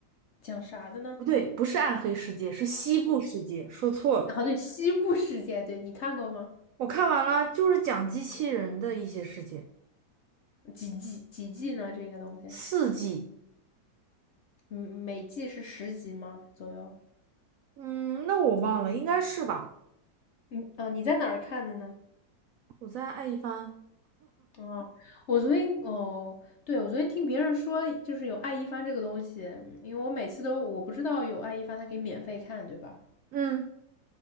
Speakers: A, on the left; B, on the right.
A: 讲啥的呢？
B: 不对，不是暗黑世界，是西部世界，说错了。
A: 啊，对，《西部世界》，对你看过吗？
B: 我看完了，就是讲机器人的一些事情，
A: 几季几季呢？这个东西，
B: 四季，
A: 嗯，每季是十集吗？左右？
B: 嗯，那我忘了，应该是吧？
A: 嗯呃，你在哪儿看的呢？
B: 我再爱一番。
A: 啊，我昨天哦，对，我昨天听别人说，就是有爱一帆这个东西，嗯因为我每次都我不知道有爱一帆，它可以免费看，对吧？
B: 嗯，